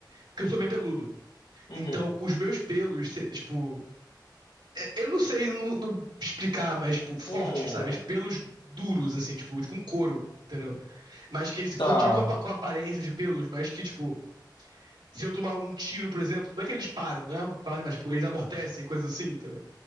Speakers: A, on the right; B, on the left.
A: Porque eu sou bem peludo.
B: uhum.
A: Então, os meus pelos, se- tipo. Eu não sei no- no explicar, mas, tipo, fortes,
B: Hum,
A: sabe? Tipo, pelos duros, assim, tipo, tipo um couro, entendeu? Mas que eles
B: tá,
A: continuam com a, com a aparência de pelos, mas que, tipo, se eu tomar um tiro, por exemplo, não é que eles param, né? Mas, tipo, eles amortecem, coisas assim, entendeu?